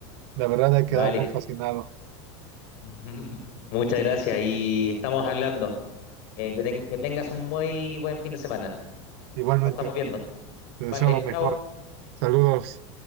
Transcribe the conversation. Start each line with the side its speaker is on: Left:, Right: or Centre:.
Right: La verdad, he
Left: Vale.
Right: quedado muy fascinado.
Left: <laughs> Muchas gracias y estamos hablando. Eh, que, ten- que tengas un muy buen fin de semana.
Right: Igualmente,
Left: Nos estamos
Right: hermano.
Left: viendo.
Right: Te deseo
Left: Vale,
Right: lo mejor.
Left: chao.
Right: Saludos.